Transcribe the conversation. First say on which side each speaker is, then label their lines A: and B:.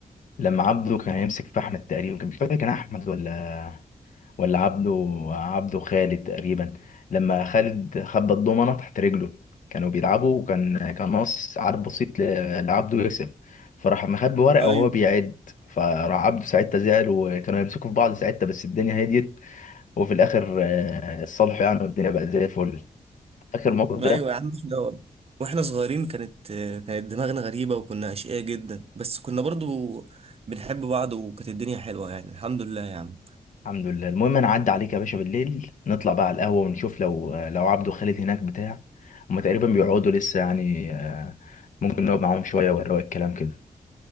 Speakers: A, on the left; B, on the right.
A: لما عبده كان هيمسك في احمد تقريبا كان مش فاكر كان احمد ولا ولا عبده عبده خالد تقريبا لما خالد خبى الضمنه تحت رجله كانوا بيلعبوا وكان كان ناقص عدد بسيط ل- لعبده يكسب فراح مخبي ورقه
B: ايوه
A: وهو بيعد فراح عبده ساعتها زعل وكانوا يمسكوا في بعض ساعتها بس الدنيا هديت وفي الاخر آه، اتصالحوا يعني والدنيا بقت زي الفل فاكر الموقف ده
B: ايوه يا عم احنا واحنا صغيرين كانت كانت دماغنا غريبة وكنا أشقياء جدا بس كنا برضو بنحب بعض وكانت الدنيا حلوة يعني الحمد لله يا عم
A: الحمد لله المهم انا عدى عليك يا باشا بالليل نطلع بقى على القهوه ونشوف لو لو عبده خالد هناك بتاع هما تقريبا بيقعدوا لسه يعني آه، ممكن نقعد معاهم شويه ونروق الكلام كده